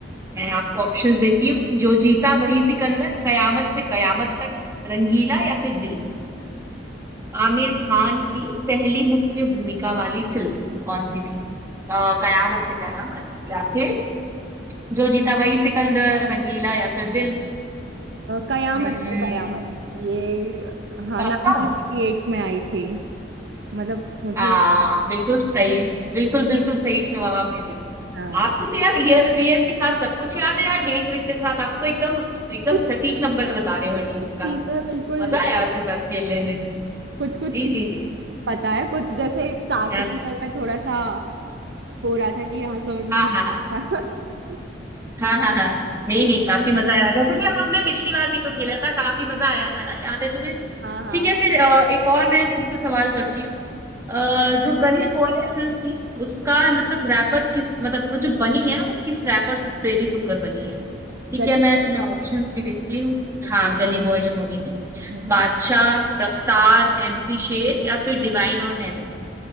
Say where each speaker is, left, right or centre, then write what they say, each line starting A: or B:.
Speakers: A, on the right (about 15°); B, on the right (about 70°).
A: मैं आपको ऑप्शंस देती हूँ जो जीता वही सिकंदर कयामत से कयामत तक रंगीला या फिर दिल आमिर खान की पहली मुख्य भूमिका वाली फिल्म कौन सी थी आ, कयामत से कयामत या फिर जो जीता वही सिकंदर रंगीला या फिर दिल
B: कयामत
A: हम्म,
B: से कयामत ये हाँ
A: पक्का
B: 1988 में आई थी मतलब मुझे
A: आ, बिल्कुल सही बिल्कुल बिल्कुल सही जवाब आपने दिया
B: हाँ
A: आपको तो यार ईयर वियर के साथ सब कुछ याद है यार डेट वेट के साथ आप तो एकदम एकदम
B: कुछ
A: सटीक नंबर बता रहे हो हर
B: कुछ
A: चीज
B: चीजें
A: का
B: बिल्कुल
A: मजा आया आपके साथ खेलने में
B: कुछ कुछ
A: जी
B: चीजें
A: जी जी
B: पता है कुछ जैसे स्टार्टिंग
A: हाँ
B: में मैं थोड़ा सा हो रहा था कि हाँ समझ में
A: हाँ
B: नहीं
A: हाँ
B: आ रहा था <laughs>
A: हाँ हाँ हाँ नहीं नहीं काफी मजा आया वैसे भी हम लोग ने पिछली बार भी तो खेला था काफी मजा आया था ना याद है तुम्हें
B: हाँ हाँ
A: ठीक है
B: हाँ
A: फिर अ, एक और मैं तुमसे सवाल करती हूँ अ, जो गली बॉय फिल्म थी उसका मतलब रैपर किस मतलब वो जो बनी है वो किस रैपर से प्रेरित होकर बनी है ठीक
B: गली
A: है मैं
B: पाव
A: तुम्हें ऑप्शंस भी देती हूँ
B: ओके
A: हाँ गली बॉय जो मूवी थी
B: हम्म
A: बादशाह रफ्तार एमसी शेर या फिर डिवाइन और नेस्ली